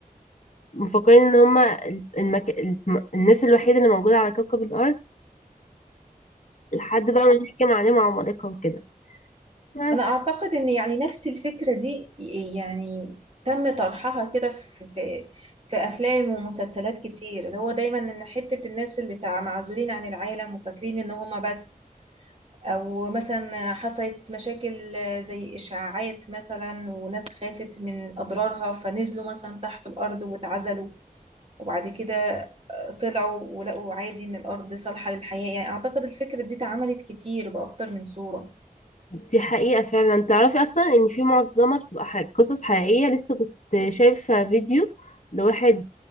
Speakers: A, on the left; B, on the right.
A: مفكرين إن هما ال- المك... الم- الناس الوحيدة اللي موجودة على كوكب الأرض لحد بقى ما يحكم عليهم عمالقة وكده بس
B: أنا أعتقد إن يعني نفس الفكرة دي يعني تم طرحها كده في في في أفلام ومسلسلات كتير اللي هو دايما إن حتة الناس اللي تع- معزولين عن العالم وفاكرين إن هما بس أو مثلا حصلت مشاكل زي إشاعات مثلا وناس خافت من أضرارها فنزلوا مثلا تحت الأرض واتعزلوا وبعد كده طلعوا ولقوا عادي إن الأرض صالحة للحياة يعني أعتقد الفكرة دي اتعملت كتير بأكتر من صورة
A: دي حقيقة فعلا تعرفي أصلا إن في معظمها بتبقى ح- قصص حقيقية لسه كنت شايفة فيديو لواحد